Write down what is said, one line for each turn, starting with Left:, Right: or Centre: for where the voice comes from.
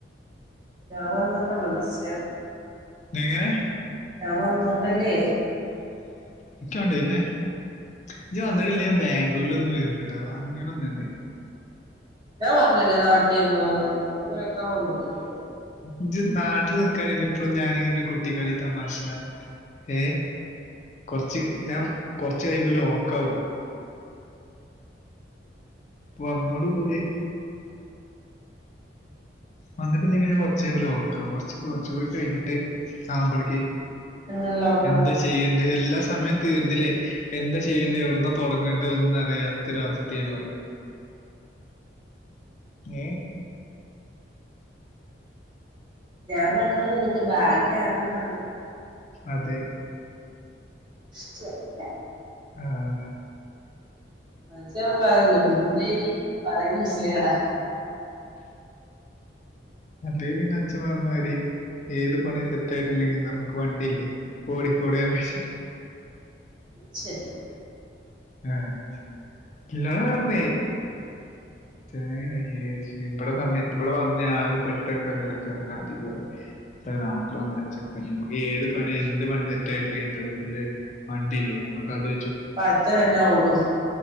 Right: ഞാൻ വന്നേ <unintelligible> മിസ്സ് ചെയ്യണേ
Left: എങ്ങനെ
Right: ഞാൻ വന്നോണ്ടല്ലേ
Left: ണ്ട് പിന്നെ ഇജ്ജ് വന്നിട്ടില്ല ഞാൻ ബാംഗ്ലൂരിലൊന്നും വരൂലട്ടാ അങ്ങനൊന്നുണ്ട്
Right: ഞാൻ പറഞ്ഞല്ലേ നാട്ടീന്ന് വ വെക്കാൻ വന്നിട്ടേക്കുവ
Left: ഇജ് നാട്ട്ല് നിക്കാണേല് ഇപ്പളും ഞാന് ന്റെ കുട്ടിക്കളി തമാശ ഏ കൊർച്ച് ഞാൻ കാെർച്ചയ്യ്മ്പ ലോക്കാവും വന്നോട് കൂടി വന്നിട്ടില്ലെ ഞാൻ കൊർച്ചയ്യുമ്പ ലോക്കാവും കൊർച്ച് കൊർച്ചൂടിം കയ്ഞ്ഞിട്ട് ആമ്പളേയ്ക്ക്
Right: എങ്ങനെ നോക്കാം
Left: എന്താ ചെയ്യണ്ടെ എല്ലാ സമയം തീർന്നിലേ എന്താ ചെയ്യണ്ടെ ഒവ്ട്ന്നാ തൊടങ്ങെണ്ടെ ഒന്നും അറിയാത്തൊരവസ്ഥയി മാറും ഏ
Right: ഞാൻ വന്ന നിനക്ക് ബാഗ്യാൺന്നാണ്
Left: അതെ
Right: ച് വയ്യ
Left: ആഹ്
Right: മച്ചാൻ പറയ്ന്ന് മൂദേവിന്ന് നീ പറയ്ന്നെ <unintelligible> യാടാ
Left: അല്ലെ പിന്നെ അച്ഛൻ പർഞ്ഞാരി ഏത് പണി സെറ്റായ്ട്ടില്ലെങ്കി നമുക്ക് വണ്ടില്ലേ ഓടിക്കൂടെന്ന്
Right: ഉം ശെര്യാ
Left: ആഹ് ഇല്ലതാറ്ഞ്ഞേ തേങ്ങയാ ചേച്ചി ഇബടെ സമയത്ത് ഇബടെ വന്ന് ഞാ ആകെ പെട്ടെട്ക്ക <unintelligible> നാട്ടിൽക്ക് വരാൻ അല്ല നാട്ട്ല് വന്നാച്ച നമ്ക്ക് ഏത് പണി എന്ത് പണി സെറ്റായ്ട്ട്ല്ലേ എന്ത വീട്ട്ല് വണ്ടില്ലേ നമ്മക്കത്
Right: അപ്പൊ അച്ഛനെന്നാ ഓടും